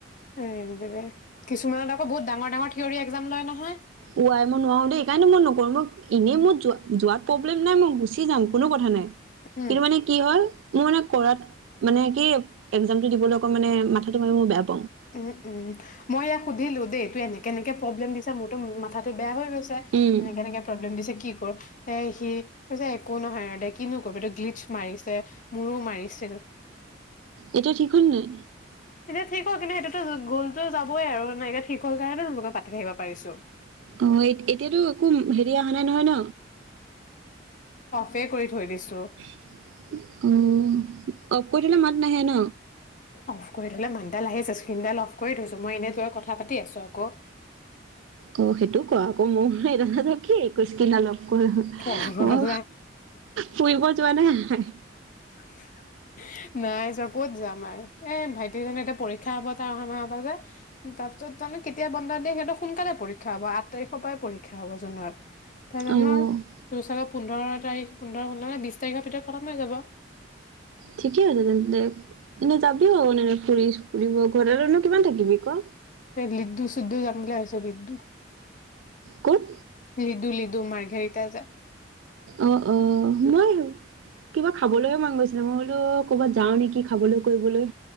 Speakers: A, on the left (about 45°); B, on the right (about 85°).
A: উম', কিছুমানত আকৌ বহুত ডাঙৰ ডাঙৰ থিয়ৰি এক্সজাম লয় নহয়
B: ও ৱাই মই নোৱাৰো দেই ল, এইকাৰণেটো মই নকৰো। মই এনেই মোৰ যোৱা-যোৱাত প্ৰব্লেম নাই, মই গুচি যাম কোনো কথা নাই
A: উম,
B: কিন্তু মানে কি হ'ল মোৰ মানে কৰাত মানে কি, একজামটো দিবলৈ অকণ মানে মাথাটো মানে <unintelligible>
A: উম', উম', মই ইয়াক সুধিলো দেই এইটো এনেকে এনেকে প্ৰব্লেম দিছে মোৰতো মাথাত বেয়া হৈ গ <unintelligible>
B: উম
A: এনেকে এনেকে প্ৰব্লেম দিছে কি এ সি কৈছে একো নহয় আৰু দে কিনো কবি এইটো গ্লিটছ মাৰিছে মোৰো মাৰি <unintelligible>
B: এতিয়া ঠিক হল নাই?
A: এতিয়া ঠিক হল কিন্তু সেইটোতো গ'লতো যাবই আৰু এতিয়া ঠিক হ'ল কাৰণেটো তোৰ লগত পাতি থাকিব পাৰিছো
B: অ', এতিয়াতো একো হেৰি অহা নাই নহয় ন?
A: পে কৰি থৈ দিছো।
B: <inaudible> উম', অ', <unintelligible> কৈ থলে মাত নাহে ন?
A: অফ কৰি থলে মাতডাল আহি আছে। স্কিনডাল অফ কৰি থৈছো, মই ইনেই তোৰ লগত কথা পাতি আছো আকৌ
B: অ সেইটো ক আকৌ <unintelligible> <unintelligible> কৰি,
A: পগলা
B: মই ফুৰিব যোৱা নাই <unintelligible>
A: <inaudible> নাই যোৱা ক'ত যাম আৰু, এ ভাইটি জানো এতিয়া পৰীক্ষা হব তাৰ অহা মাহৰ পা যে, তাৰ পিছত জানো কেতিয়া বন্ধ দিয়ে সিহতৰ সোনকালে পৰীক্ষা হব আঠ তাৰিখৰ পৰাই পৰীক্ষা হব জুনৰ। তাৰ জানো
B: অ', <inaudible>
A: তোৰ চাগে পোন্ধৰ তাৰিখ, পোন্ধৰ হ'ল নহয়, বিছ তাৰিখৰ ভিতৰত খতম হৈ যাব।
B: ঠিকে আছে তেন্তে। এনেই যাবিও <unintelligible> ফুৰি <unintelligible> ঘৰত <unintelligible> কিমান থাকিবি ক?
A: লিদু চিদ্ধু জমিল আছে লিদু
B: কুক
A: লি দু মাৰঘেৰিটা আ যে,
B: অ' অ' মই কিবা খাবলৈয়ে মন গৈছিলে মই বোলো ক'ৰবাত যাওঁ নেকি খাবলৈ কৰিবলৈ